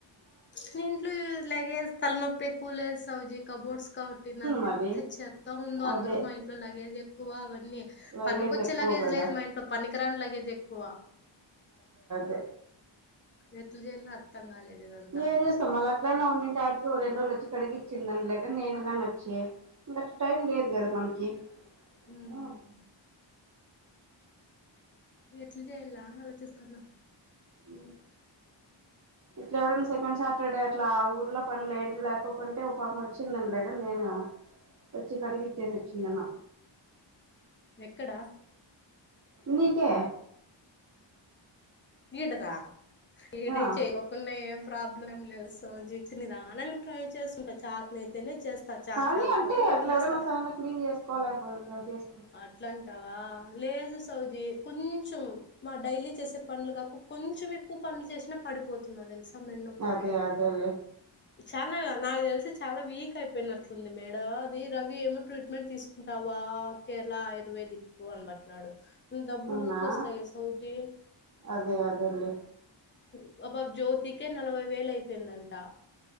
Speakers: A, on the left; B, on the right.
A: నీ ఇంట్లో ఏ లగేజ్ తలనొప్పి ఎక్కువ లేద్ సౌజీ కబోర్డ్స్ కాబట్టి నాది
B: మరి
A: ఎంత చేత్తగుందో
B: అదే
A: అందులో మా ఇంట్లో లగేజ్ ఎక్కువ అన్నీ
B: లగేజ్
A: పనికొచ్చే
B: ఎక్కువ
A: లగేజ్
B: కదా
A: లేదు మా ఇంట్లో పనికిరాని లగేజ్ ఎక్కువ
B: దే
A: ఎట్ల జేయ్యల్లో అర్థం కాలేదు ఇదంతా
B: ఏం చేస్తాం మళ్ళ అట్లానే ఉన్నింటే ఆడికి ఓ రెండు రోజ్లు వచ్చి కడిగిచ్చింద్న్ లేగానీ నేను గాని వచ్చి ఇంగట్ల టైం లేదు కదా మనకి
A: ఉమ్
B: ఉ
A: ఎట్ల చేయల్ల అని అలోచిస్తన్నా
B: ఊ ఇట్లా ఎప్డన్న సెకండ్ సాటర్డే అట్లా ఊర్లో పనులు ఏంటివి లేకోకుంటే ఓ పాప్ము వచ్చింద్న్డు లేగానీ నేను వచ్చి కడిగిచ్చేసి వచ్చిందును
A: ఎక్కడా
B: నీకే
A: ఇడ్దా ఇడ
B: ఆ
A: చేయ్కోకున్నాఏమ్ ప్రాబ్లమ్ ఏం లేదు సౌజీకి నిదానంగా ట్రై చేసుకుంట చాతనయితేనే చేస్తా చాత
B: కానీ
A: కాకపోతే
B: అంటే
A: వదిలేస్తా
B: అట్లా ఎవడైనా సడన్గా క్లీన్ చేసుకోలేకపోతే చేసుకో
A: అట్లాం స్తావా లేదు సౌ సౌజీ కొంచెం మా డైలీ చేసే పనులు కాక కొంచెం ఎక్కువ పనులు చేసినా పడిపోతుంద తెలిసా ప్ప
B: అదే అదేలే
A: చానా నాకు తెలిసి చాలా వీక్ అయిపోయిన ది మేడం అది రవి ఏమో ట్రీట్మెంట్ తీసుకుంటావా కేరళ ఆయుర్వేదిక్ కు అనపట్నాడు డబ్బులు
B: అవునా
A: ఊరికొస్తాయి సౌజీ
B: అదే అదేలేే
A: మా పాప జ్యోతికే నలభై వేలు అయిదండి త